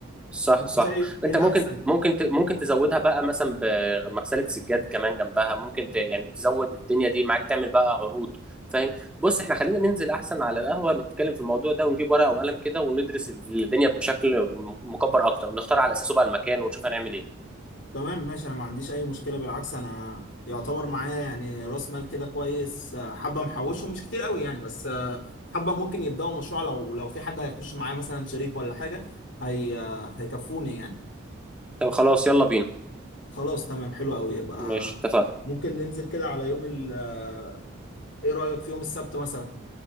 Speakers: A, in the centre; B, on the left.
A: صح
B: فانت
A: صح
B: شايف
A: انت
B: ايه الاحسن
A: ممكن ممكن ت- ممكن تزودها بقى مثلا بمغسله سجاد كمان جنبها ممكن ت... يعني تزود الدنيا دي معاك تعمل بقى عروض فاهم بص احنا خلينا ننزل احسن على القهوه نتكلم في الموضوع ده ونجيب ورقه وقلم كده وندرس الدنيا بشكل م- مكبر اكتر ونختار على اساسه بقى المكان ونشوف هنعمل ايه
B: تمام ماشي انا ما عنديش اي مشكله بالعكس انا يعتبر معايا يعني راس مال كده كويس آه، حبه محوشه مش كتير قوي يعني بس آه، حبه ممكن يبداوا مشروع لو لو في حد هيخش معايا مثلا شريك ولا حاجه هي آه، هيكفوني يعني
A: طب خلاص يلا بينا
B: خلاص تمام حلو قوي يبقى
A: ماشي اتفقنا
B: ممكن ننزل كده على يوم ال آه، ايه رايك في يوم السبت مثلا